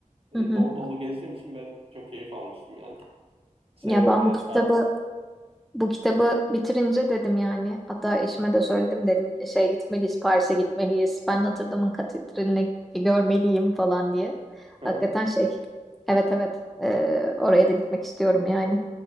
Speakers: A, on the right; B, in the centre.
A: e,
B: Hı hı.
A: dolu dolu gezdiğim için ben çok keyif almıştım yani. Severim
B: Ya ben
A: yani
B: bu kitabı
A: Paris'i.
B: bu kitabı bitirince dedim yani hatta eşime de söyledim dedim şey gitmeliyiz Paris'e gitmeliyiz ben Notre Dame'ın katedralini görmeliyim falan diye.
A: <laughs>
B: Hakikaten şey evet evet e, oraya da gitmek istiyorum yani.